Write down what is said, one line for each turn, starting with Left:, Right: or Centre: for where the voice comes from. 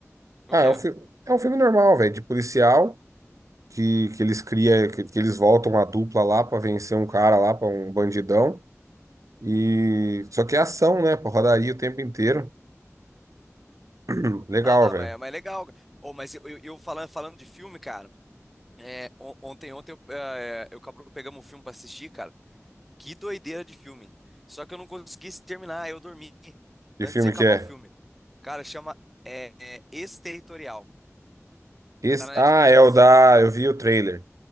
Centre: O
Right: Ah,
Centre: quê?
Right: é um, fi- é um filme normal, velho, de policial, que, que eles cria, que, que eles voltam a dupla lá pra vencer um cara lá, pra um bandidão, E só que é ação, né? Pô, rodaria o tempo inteiro. <clears throat> Legal,
Centre: Ah,
Right: velho.
Centre: mas, mas é legal. Oh, mas eu, eu, eu falando, falando de filme, cara. é, on- ontem, ontem eu, eh, eu e o Cabrudo pegamos um filme pra assistir, cara. Que doideira de filme. Só que eu não consegui terminar, eu dormi
Right: Que
Centre: antes
Right: filme
Centre: de acabar
Right: que é?
Centre: o filme. Cara, chama é, é, Exterritorial.
Right: Esse...
Centre: Tá na Netflix.
Right: Ah, é o da. Eu vi o trailer.